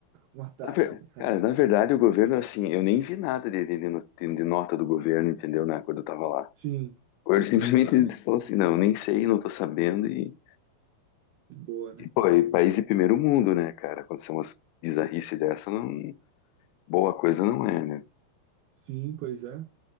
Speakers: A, on the right (about 85°); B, on the left (about 90°).
A: um ataque,
B: Na ver-
A: né? Hacker.
B: Cara, na verdade, o governo, assim, eu nem vi nada de, de, de no- de nota do governo, entendeu, né, quando eu tava lá.
A: Sim,
B: Ou ele simplesmente
A: aham.
B: <laughs> falou assim: não, nem sei, não tô sabendo, e
A: Boa, né?
B: E, pô, e país de primeiro mundo, né, cara? Acontecer umas bizarrice dessa, não... boa coisa não é, né?
A: Sim, pois é.